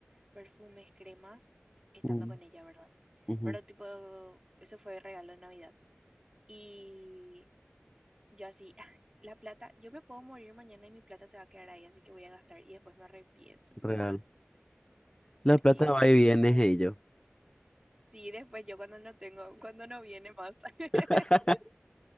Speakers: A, on the right; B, on the left.
A: perfumes, cremas, estando
B: Mm,
A: con ella, ¿verdad?
B: ujú,
A: Pero tipo, eso fue regalo de Navidad. Y Yo así, "Ah, la plata, yo me puedo morir mañana y mi plata se va a quedar ahí, así que voy a gastar y después me arrepiento. Tipo,
B: real.
A: "Ah,
B: La
A: ¿por
B: plata
A: qué hice
B: va y viene,
A: eso
B: hey yo.
A: Sí, después yo cuando no tengo, cuando no viene más. <laughs>
B: <laughs>